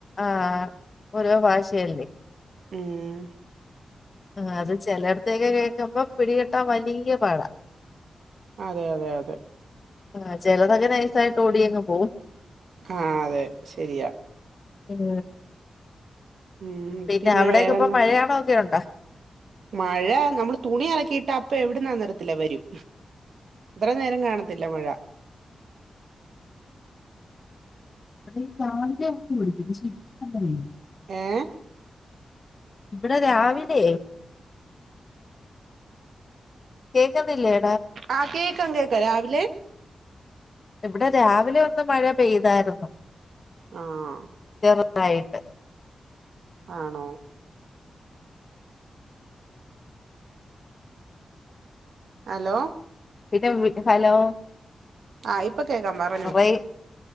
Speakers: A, on the left (about 35°); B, on the right (about 75°).
A: ആഹ് ഓരോ ഭാഷയല്ലേ
B: മ് ഹ്
A: ആഹ് അത് ചിലയിടത്തേയൊക്കെ കേൾക്കുമ്പോൾ പിടികിട്ടാൻ വലിയ പാടാ
B: അതെ അതെ അതെ
A: ആഹ് ചിലതൊക്കെ നൈസായിട്ട് ഓടിയങ്ങ് പോവും
B: ആഹ് അതെ ശരിയാ
A: ഉം
B: ഉം
A: പിന്നെ അവിടൊക്കെ
B: വേറെന്താ
A: ഇപ്പം മഴയാണോ ഒക്കെ ഉണ്ടോ
B: മഴ നമ്മള് തുണി അലക്കിയിട്ട് അപ്പൊ എവിടുന്നാന്നറിയത്തില്ല വരും അത്രേം നേരം കാണത്തില്ല മഴ
A: അവ രാവിലെ ഒന്ന് <unintelligible> പക്ഷെ ഇപ്പം
B: ഏഹ്
A: ഇവിടെ രാവിലയേ കേൾക്കുന്നില്ലേ
B: ആഹ് കേൾക്കാം കേൾക്കാം രാവിലേ
A: ഇവിടെ രാവിലെ ഒന്ന് മഴ പെയ്തായിരുന്നു
B: ആഹ്
A: തായിട്ട്
B: ആണോ ഹലോ
A: പിന്നെ ഹലോ
B: ആഹ് ഇപ്പൊ കേക്കാം പറഞ്ഞോ
A: റയ്